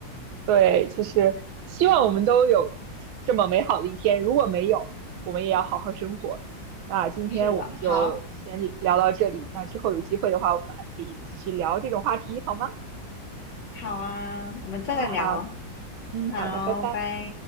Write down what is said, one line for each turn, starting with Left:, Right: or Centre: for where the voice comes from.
Right: 对，就是希望我们都有这么美好的一天。如果没有，我们也要好好生活。那今天我们就先聊到这里，
Left: <laughs> 是的，好，
Right: 那之后有机会的话，我们还可以继续聊这种话题，好吗？
Left: 好啊，我们再聊，
Right: 嗯，好，嗯，
Left: 好，
Right: 好，的，拜拜。
Left: 拜。